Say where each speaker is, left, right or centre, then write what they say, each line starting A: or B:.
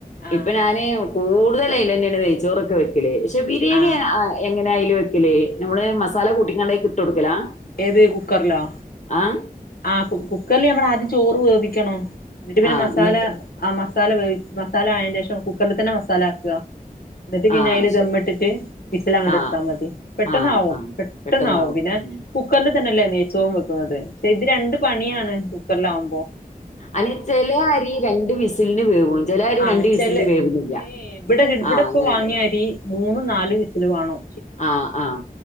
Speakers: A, on the left (about 80°); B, on the left (about 50°).
A: ആ
B: ഇപ്പൊ ഞാന് കൂടുതല അയ്ലെന്നെണ് നൈച്ചോറൊക്കെ വെക്കല് ക്ഷെ ബിരിയാണിങ്ങന
A: ആ
B: അയ്ല് വെക്കലേ നമ്മള് മസാല കൂട്ടിക്കാണ്ട് അയിക്ക് ഇട്ട് കൊടുക്കലാ
A: ഏത് കുക്കർലോ
B: ആഹ്
A: ആ കുക്കറിൽ നമ്മള ആദ്യം ചോറ് വേവിക്കണോ എന്നിട്ട് പിന്നെ
B: ആഹ്
A: മസാല
B: എന്നിട്ട്
A: ആ മസാല മസാലായയതിന് ശേഷം കുക്കറിൽ തന്നെ മസാല ആക്കുക എന്നിട്ട് പിന്ന
B: ആഹ്
A: അല്
B: ശരി
A: ദമ്മിട്ടിട്ട് വിസൽ അങ്ങോട്ട്
B: ആഹ്
A: എത്താ മതി പെട്ടന്ന
B: ആഹ്
A: ആവും
B: ആഹ്
A: പെട്ടെന്ന
B: പെട്ടെന്നാവും
A: ആവും പിന്നെ
B: ഉം
A: കുക്കറിൽ തന്നെല്ലേ ചോർ വെക്കുന്നതെ ഇത് രണ്ട് പണിയാണ് ല്ലാവുമ്പോ
B: അനി ചിലരി രണ്ട് വിസിലിന് വേവും ചിലരി
A: ആഹ്
B: രണ്ട വിസിലിന്
A: ചെല
B: വേവുല്ല
A: ഏ ഇവിടെ ഇവിടെപ്പ
B: ആ അങ്ങനെണ്ട
A: വാങ്ങിയ അരി മൂന്ന് നാൽ വിസൽ വാണം
B: ആഹ ആഹ്